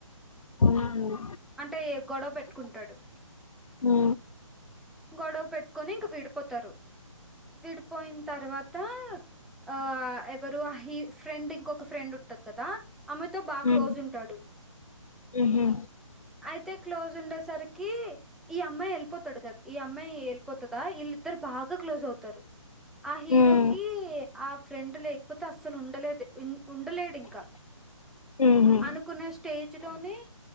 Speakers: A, on the left; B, in the centre.
A: అవునా అండి.
B: అంటే గొడవ పెట్టుకుంటాడు
A: హ
B: గొడవ పెట్టుకొని ఇంక విడిపోతారు విడిపోయిన తర్వాత ఆ ఎవరు అహ ఫ్రెండ్ ఇంకొక ఫ్రెండ్ ఉంట అది కదా ఆమెతో బాగా
A: హ్మ్.
B: క్లోజ్ ఉంటాడు
A: హుహు.
B: అయితే క్లోజ్ ఉండేసరికి ఈ అమ్మాయి వెళ్ళిపోతాడు కదా ఈ అమ్మాయి వెళ్ళిపోతదా వీళ్ళి ఇద్దరు బాగా క్లోజ్ అవుతారు ఆ హీరో
A: హ్మ్.
B: కి ఆ ఫ్రెండ్ లేకపోతే అస్సలు ఉండలేదు ఉండలేడు ఇంకా
A: హుహు.
B: అనుకున్న స్టేజ్ లోనే